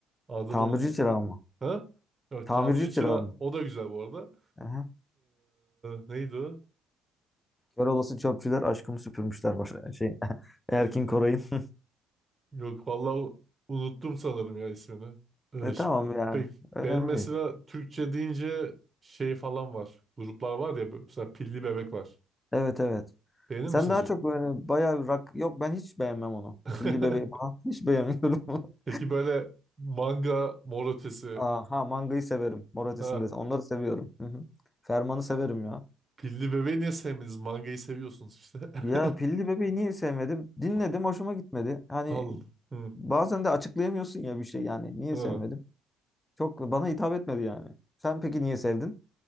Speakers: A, on the right (about 25°); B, on the left (about 15°).
A: Adını
B: Tamirci
A: unuttum.
B: Çırağı mı?
A: Ha? Evet,
B: Tamirci
A: Tamirci
B: Çırağı
A: Çıra
B: mı?
A: o da güzel bu arada.
B: Aha.
A: E, neydi o?
B: Kör olası çöpçüler aşkımı süpürmüşler var. <laughs> Şey, <laughs> Erkin
A: <laughs>
B: Koray'ın.
A: Yok vallahi unuttum sanırım ya ismini. Ee,
B: E,
A: ş-
B: tamam yani.
A: pek
B: Önemli
A: benim mesela
B: değil.
A: Türkçe deyince şey falan var. Gruplar var ya böyle mesela Pilli Bebek var.
B: Evet evet.
A: Beğenir
B: Sen
A: misiniz
B: daha
A: o?
B: çok böyle bayağı rock yok ben hiç beğenmem onu.
A: <laughs>
B: Pilli Bebeği falan <laughs> hiç beğenmiyorum. <laughs>
A: Peki böyle manga mor ötesi.
B: Aha mangayı severim. Mor Ötesi'nde
A: Ha,
B: onları seviyorum. Hı hı. Ferman'ı severim ya.
A: Pilli Bebeği niye sevmediniz? Mangayı seviyorsunuz işte. <laughs>
B: Ya Pilli Bebeği niye sevmedim? Dinledim hoşuma gitmedi. Hani
A: Allah Hı.
B: bazen de açıklayamıyorsun ya bir şey yani. Niye
A: Ha.
B: sevmedim? Çok bana hitap etmedi yani. Sen peki niye sevdin?